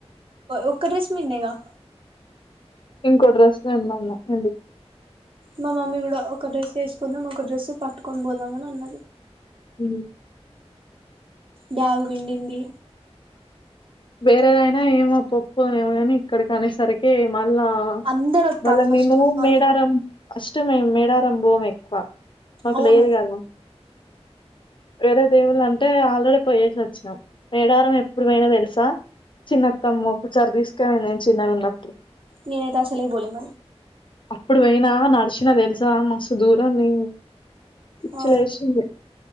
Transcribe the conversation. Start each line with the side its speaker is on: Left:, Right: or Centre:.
Right: ఒక డ్రెస్రేమన్గా
Left: ఇంకో డ్రెస్ వెందలా ఎంటి
Right: మా మమ్మీ కూడా ఒక డ్రెస్ వేసుకుందాం ఒక డ్రెస్ పట్టుకొని పోదాం ని అన్నది
Left: ఉ
Right: గు పిండింది
Left: వేరేదైనా ఏమో పప్పు అనే ఏమోగాని ఇక్కడ కానేసరికి మా అలా
Right: అందరు వత్తాలు
Left: వాళ్ళ
Right: ఫస్ట్
Left: మేము
Right: ఆఫ్ ఆల్
Left: మేడారం అస్ మే మేడారం పొం కు మాకు
Right: అవును
Left: లేయదు కదా ఏద సేవులు అంటే ఆల్రెడీ పోయేసి వచ్చినాం ఏడారం ఎప్పుడు పోనా తెలుసు ా చిన్న తమ్కుచర్ తీసు నేను చిన్నగా ఉన్నప్పుడు
Right: నేనైతే అసలే పోలే మరి
Left: అప్పుడు పోయినా నడిచినా తెలుసా మస్తు దూరాన్ని పిచ్చి
Right: ఆ
Left: లేసింది